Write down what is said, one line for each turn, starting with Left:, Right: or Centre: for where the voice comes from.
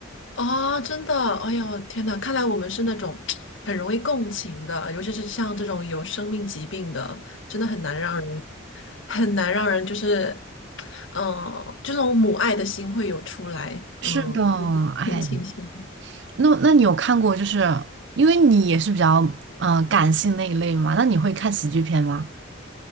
Left: 啊，真的，哎呦，天呐，看来我们是那种很容易共情的，尤其是像这种有生命疾病的，真的很难让人，很难让人就是，嗯、这种母爱的心会有出来，
Right: 是的，
Left: 嗯，
Right: 哎，
Left: 同情心。
Right: 那那你有看过，就是因为你也是比较嗯、呃感性那一类嘛，那你会看喜剧片吗？